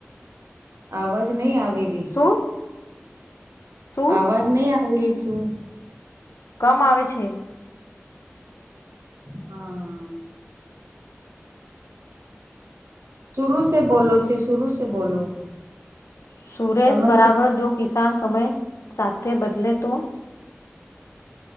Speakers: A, on the right (about 80°); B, on the left (about 80°).
A: અવાજ નઈ આવી રી
B: શું? શું
A: અવાજ નઈ આવી રી શું?
B: કમ આવે છે.
A: હા સુરૂ શે બોલો છે, શુરૂ શે બોલો
B: સુરેશ
A: તમે
B: બરાબર, જો કિસાન સમેય સાથે બદલે તો